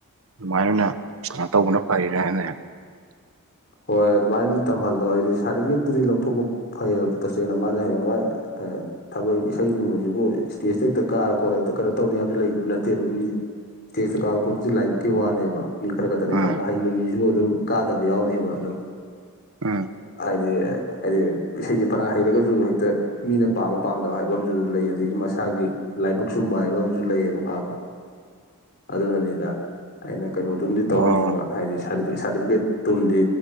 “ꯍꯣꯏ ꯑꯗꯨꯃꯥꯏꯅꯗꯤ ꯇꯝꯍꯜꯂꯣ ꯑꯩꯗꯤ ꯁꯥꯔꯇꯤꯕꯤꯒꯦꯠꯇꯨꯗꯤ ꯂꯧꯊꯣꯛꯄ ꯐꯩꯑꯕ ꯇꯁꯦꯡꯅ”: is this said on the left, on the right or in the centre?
Left